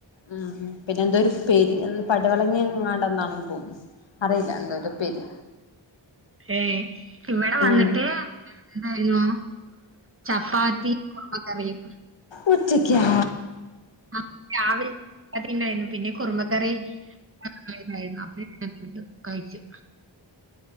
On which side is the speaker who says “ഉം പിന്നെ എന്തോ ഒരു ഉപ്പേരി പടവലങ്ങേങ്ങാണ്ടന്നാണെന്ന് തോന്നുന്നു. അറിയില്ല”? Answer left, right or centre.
Left